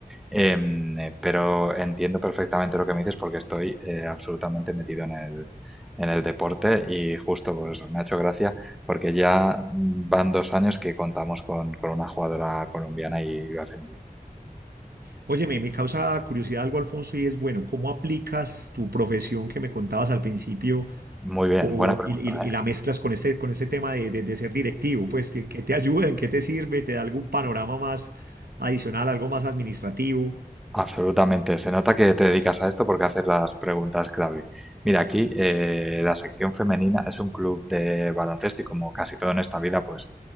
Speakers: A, in the centre; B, on the right (about 85°).
A: Eh, pero entiendo perfectamente lo que me dices porque estoy eh, absolutamente metido en el, en el deporte y justo pues eso, me ha hecho gracia porque ya van dos años que contamos con, con una jugadora colombiana y lo hace muy bien.
B: Oye, me, me causa curiosidad algo, Alfonso, y es, bueno, ¿cómo aplicas tu profesión que me contabas al principio
A: Muy bien,
B: o,
A: buena pregunta.
B: y, y- y la mezclas con ese, con ese tema de, de- de ser directivo, pues que, que te ayuda, en qué te sirve, te da algún panorama más adicional, algo más administrativo.
A: Absolutamente. Se nota que te dedicas a esto porque haces las preguntas clave. Mira, aquí eh, la sección femenina es un club de baloncesto y como casi todo en esta vida, pues